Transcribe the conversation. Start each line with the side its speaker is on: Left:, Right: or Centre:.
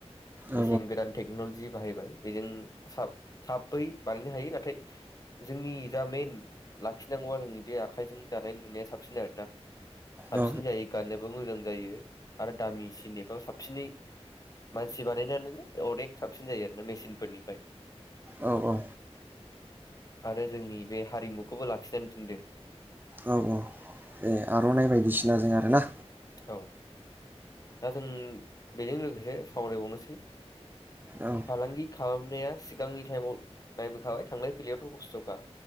Left: मेचिन
Right: औ
Left: गोदान टेकन'ल- जि बाहायबाय बेजों साब थाबै बानायनो हायो नाथाय जोंनि जा मइेन उम लाखिनांगौआ जोंनि बे आखाइजों दानाय लुनाया साबसिन आरो ना साबसिन
Right: औ
Left: जायो गाननोबो मोजां जायो आरो दामिसिननिफ्राय साबसिनै मानसि बानायनानैलाय अनेक साबसिन जायो आरोना मेचिनफोरनिफ्राय
Right: औ औ
Left: आरो जोंनि बे हारिमुखौबो लाखिनानै दोनदो
Right: औ औ ए आर'नाइ बायदिसिना जों आरो ना
Left: औ दा जों बेजोंनो लोगो जे सावरायबावनोसै
Right: औ
Left: फालांगि खालामनाया सिगांनि टाइमाव नायबोखाबाय थांलाय फैलायावथ' खस्थ'खा